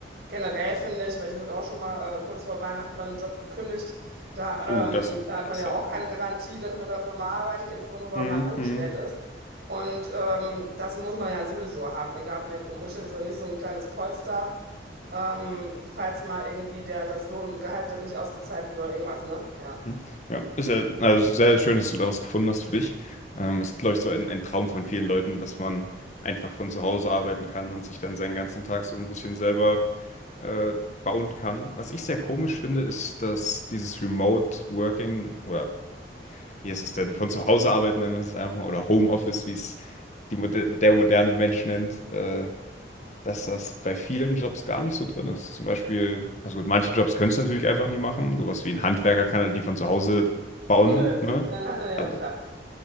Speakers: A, on the right; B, on the left.
A: generell finde ich, weil ich wurde auch schon mal äh, kurz vor Weihnachten bei einem Job gekündigt. Da
B: Oh, das,
A: ähm, hat
B: das
A: man ja
B: ja.
A: auch keine Garantie, dass man dafür mal arbeitet, irgendwo nur weil
B: Mhm.
A: man angestellt ist. Und ähm, das muss man ja sowieso haben, egal ob man jetzt angestellt ist oder nicht, so ein kleines Polster, ähm, falls mal irgendwie der, das Lohngehalt nicht ausgezahlt wird oder irgendwas, ne? Ja.
B: Hm. Ja, ist ja also sehr schön, dass du da was gefunden hast für dich. Ähm, ist, glaube ich, so ein, ein Traum von vielen Leuten, dass man einfach von zu Hause arbeiten kann und sich dann seinen ganzen Tag so ein bisschen selber äh, bauen kann. Was ich sehr komisch finde, ist, dass dieses Remote Working oder wie heißt es denn, von zu Hause arbeiten, nennen wir es einfach mal, oder Homeoffice, wie es die, Mode- der moderne Mensch nennt, äh, dass das bei vielen Jobs gar nicht so drin ist. Zum Beispiel, also gut, manche Jobs können es natürlich einfach nie machen. Sowas wie ein Handwerker kann halt nie von zu Hause bauen,
A: <laughs>
B: ne?
A: Dann, ja,
B: Also,
A: klar.